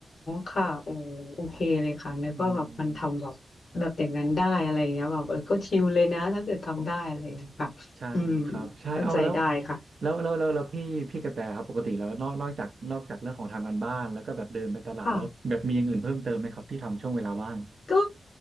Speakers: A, on the left (about 55°); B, on the right (about 50°).
A: ค่ะโอ้โอเคเลยค่ะนึกว่าแบบมันทำแบบแบบอย่างนั้นได้อะไรเงี้ยแบบเออก็ชิลเลยนะถ้าเกิดทำได้อะไรเงี้ยค่ะอืม
B: <laughs> อืมใช่ครับ ใช่เอาแล้ว
A: เข้าใจได้ค่ะ
B: แล้วแล้วแล้วแล้วพี่พี่กระแตครับปกติแล้วนอกนอกจากนอกจากเรื่องของทำการบ้านแล้วก็แบบเดินไปตลาดแล้วแบบมีอย่างอื่นเพิ่มเติมไหมครับที่ทำช่วงเวลาว่าง
A: ค่ะ ก็